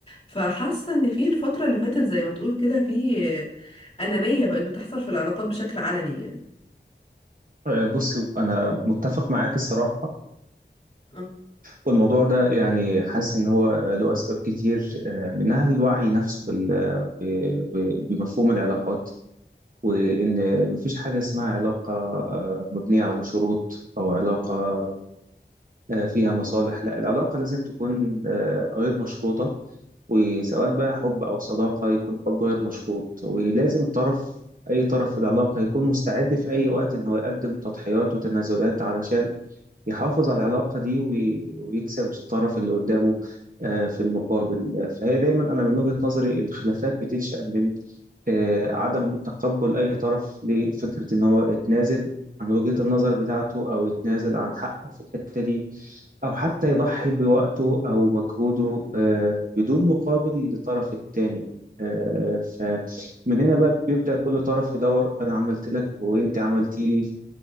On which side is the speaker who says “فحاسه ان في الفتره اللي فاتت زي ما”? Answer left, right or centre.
Left